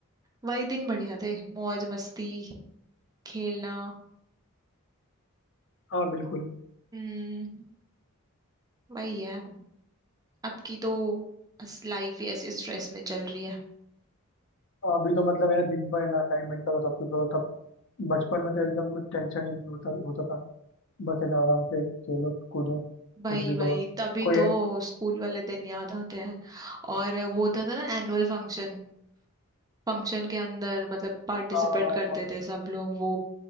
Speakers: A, on the right (about 15°); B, on the left (about 60°).
A: वही दिन बढ़िया थे मौज मस्ती खेलना
B: हाँ बिल्कुल
A: हम्म वही है अब की तो लाइफ ही ऐसे स्ट्रेस में चल रही है
B: हाँ, अभी तो मतलब है ना दिन भर है ना असाइनमेंट करो सब कुछ करो तब बचपन में तो एकदम कुछ टेंशन ही नहीं होता होता था बस है ना आराम से खेलो कूदो
A: वही
B: कुछ भी
A: वही
B: करो
A: तभी
B: कोई
A: तो स्कूल वाले दिन याद आते हैं और वो होता था ना एनुअल फंक्शन फंक्शन के अंदर मतलब पार्टिसिपेट
B: हाँ हाँ
A: करते
B: हाँ
A: थे सब लोग वो